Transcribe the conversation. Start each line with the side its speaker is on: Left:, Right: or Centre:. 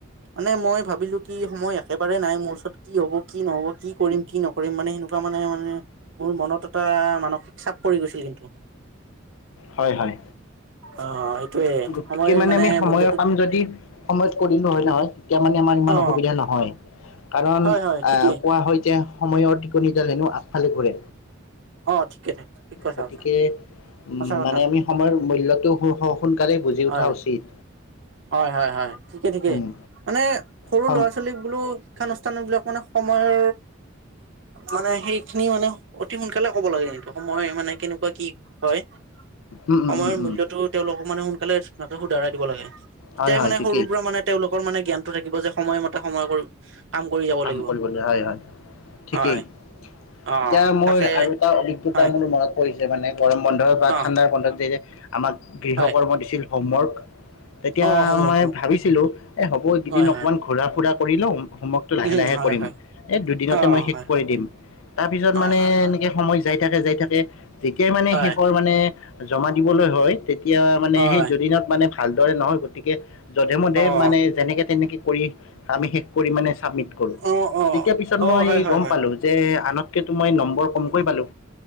Right: মানে মই ভাবিলো কি সময় একেবাৰে নাই মোৰ ওচৰত, কি হ'ব কি নহ'ব কি কৰিম কি নক ৰিম মানে সেনেকুৱা মানে মানে মোৰ মনত এটা মানসিক চাপ পৰি গৈছিল কিন্তু। <inaudible>
Left: হয়, হয়।
Right: অ', সেইটোয়ে
Left: গতিকে
Right: সময় মানে
Left: আমি সময়ৰ
Right: মূল্য
Left: কাম যদি সময়ত কৰিলো হয় নহয়, তেতিয়া আমাৰ ইমান
Right: অ
Left: অসুবিধা নহয়। কাৰণ
Right: হয় হয় ঠিকেই
Left: আহ, কোৱা হয় যে সময়ৰ টিকনিডাল হেনো আগফালে ঘূৰে।
Right: অ ঠিকে ঠিক কথা
Left: গতিকে
Right: কৈছা
Left: উম,
Right: সঁচা কথা
Left: মানে আমি সময়ৰ মূল্যটো সু স সোনকালে বুজি
Right: হয়
Left: উঠা উচিত।
Right: হয়, হয়, হয়, ঠিকে ঠিকে
Left: উম
Right: মানে সৰু
Left: সম
Right: ল'ৰা-ছোৱালীক বোলো শিক্ষানুষ্ঠান বিলাক মানে সময়ৰ মানে সেইখিনি মানে অতি সোনকালে হ'ব লাগে কিন্তু, সময় মানে কেনেকুৱা কি হয়,
Left: উম
Right: সময়ৰ
Left: উম উম উম
Right: মূল্যটো তেওঁলোকক মানে সোনকালে ধুনীয়াকে শুধৰাই দিব লাগে,
Left: হয়
Right: তেতিয়াহে
Left: হয়
Right: মানে
Left: ঠিকেই
Right: সৰুৰ পৰা মানে তেওঁলোকৰ মানে জ্ঞানটো থাকিব যে সময়মতে সময় কৰি যাব
Left: কাম
Right: লাগিব
Left: কৰিবলৈ হয়, হয়, ঠিকেই
Right: হয় অ
Left: এতিয়া মোৰ
Right: তাকে
Left: আৰু টা অভিজ্ঞতা
Right: হয়
Left: মোৰ মনত পৰিছে মানে গৰম বন্ধ বা
Right: অ
Left: ঠাণ্ডাৰ বন্ধত যে আমাক গৃহকৰ্ম
Right: হয়
Left: দিছিল হোমৱৰ্ক। তেতিয়া
Right: অ সমূহ
Left: মই
Right: সমূহ
Left: ভাবিছিলো এ, হ'ব এইকেইদিন
Right: হয়
Left: অকমান
Right: হয়
Left: ঘুৰা-ফুৰা কৰি লও, হোমৱৰ্ক টো লাহে
Right: উম
Left: লাহে
Right: হয়
Left: কৰিম
Right: হয়
Left: এই দুদিনতে
Right: অ
Left: মই শেষ
Right: হয়
Left: কৰি দিম তাৰ পিছত
Right: হয়
Left: মানে
Right: হয় হয়
Left: এনেকে সময় যাই থাকে যাই থাকে যেতিয়াই মানে
Right: হয়
Left: শেষৰ মানে জমা দিবলৈ হয় তেতিয়া মানে
Right: হয়
Left: সেই দুদিনত মানে ভালদৰে নহয় গতিকে যধে মধে
Right: অ
Left: মানে যেনেকে তেনেকে কৰি আমি শেষ কৰি মানে চাবমিট
Right: অ অ
Left: তেতিয়া পিছত
Right: অ
Left: মই
Right: হয় হয়
Left: গম
Right: হয়
Left: পালো যে আনতকেটো মই নম্বৰ কমকে পালো